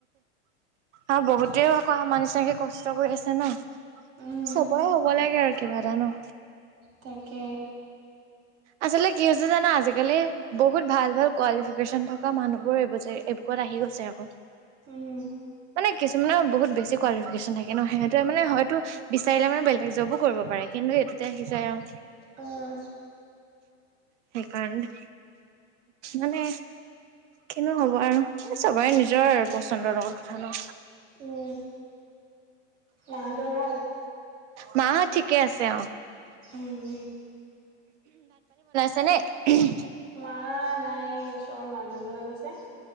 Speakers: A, on the right (about 75°); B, on the right (about 35°).
A: আ বহুতেও আকৌ আমৰ নিচিনাকে কষ্ট কৰি আছে ন।
B: উম
A: চবৰে হ'ব লাগে তাকে আৰু কিবা এটা ন।
B: তাকে
A: আচলতে কি হৈছে জানা আজিকালি বহুত ভাল ভাল কোৱালিফিকেচন থকা মানুহবোৰে বুজে এইবুকত আহি গৈছে আকৌ
B: উম
A: মানে কিছুমানৰ বহুত বেছি কোৱালিফিকেশ্যন থাকে ন সিহঁতে মানে হয়তো বিচাৰিলে মানে বেলেগ জবো কৰিব পাৰে কিন্তু এইটোতে আহি যায় আও।
B: উম।
A: সেইকাৰণে, মানে কিনো হব আৰু। চবই নিজৰ পচন্দৰ লগৰ কথা ন।
B: উম। মাহঁতৰ ভাল?
A: মাহঁত ঠিকেই আছে। তেওঁ
B: উম উম।
A: যেনে <unintelligible>
B: মা নাই ওচৰৰ মানুহ এঘৰলে গৈছে।